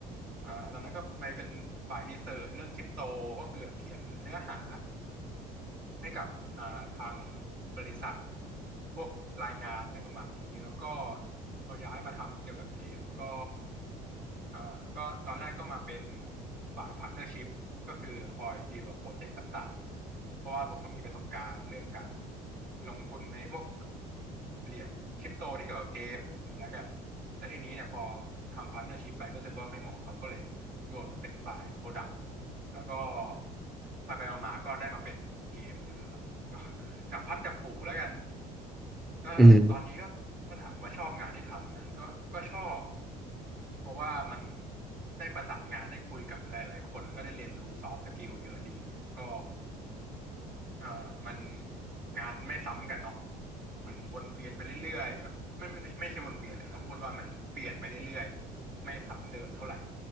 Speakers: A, on the right; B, in the centre.
A: อ่าตอนนั้นก็ไปเป็นฝ่ายรีเสิร์ชเรื่องคริปโตก็คือแบบเขียนเนื้อหา ให้กับอ่าทางบริษัทพวกรายงานอะไรประมาณนี้แล้วก็พอย้ายมาทำเกี่ยวกับเกมก็อ่าก็ตอนแรกก็มาเป็นฝ่ายพาร์ทเนอร์ชิพก็คือคอยดีลกับโปรเจกต์ต่างๆก่อนเพราะว่าผมก็มีประสบการณ์เรื่องการลงทุนในพวก เหรียญคริปโตที่เกี่ยวกับเกมอย่างนี้แล้วกันแล้วทีนี้เนี่ยพอทำพาร์ทเนอร์ชิพไปก็รู้สึกว่าไม่เหมาะเขาก็เลยโยนมาเป็นฝ่ายโปรดักต์แล้วก็ไปไปมาๆก็ได้มาเป็น PM นี่แหละครับก็ <laughs> จับพัดจับผูแล้วกันก็ตอนนี้ก็ก็ถามว่าชอบงานที่ทำไหมก็ก็ชอบ
B: อืม
A: เพราะว่ามันได้ประสานงานได้คุยกับหลายๆคนก็ได้เรียนรู้ซอฟต์สกิลเยอะดีแล้วก็ อ่ามันงานไม่ซ้ำกันเนาะมันวนเวียนไปเรื่อยๆแบบไม่ไม่ไม่ใช่วนเวียนแต่ต้องพูดว่ามันเปลี่ยนไปเรื่อยๆไม่ซ้ำเดิมเท่าไหร่